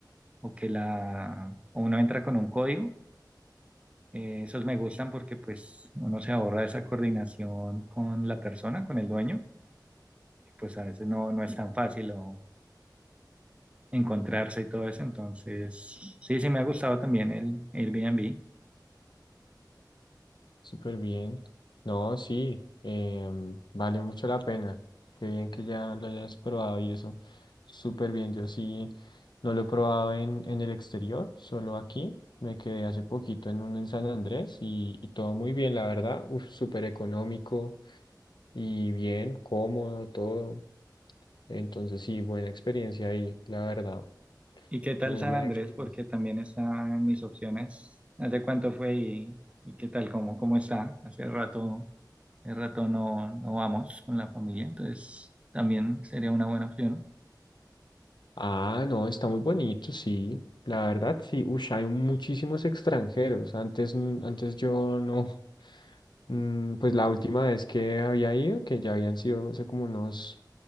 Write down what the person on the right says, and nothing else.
o que la, o uno entra con un código. Eh, esos me gustan porque pues uno se ahorra esa coordinación con la persona, con el dueño, que pues a veces no, no es tan fácil o encontrarse y todo eso. Entonces, sí, sí me ha gustado también el Airbnb.
¿Y qué tal
San
Andrés?
Porque también está en mis opciones. ¿Hace cuánto fue y, y qué tal? ¿Cómo, cómo está? Hace rato, hace rato no, no vamos con la familia, entonces también sería una buena opción.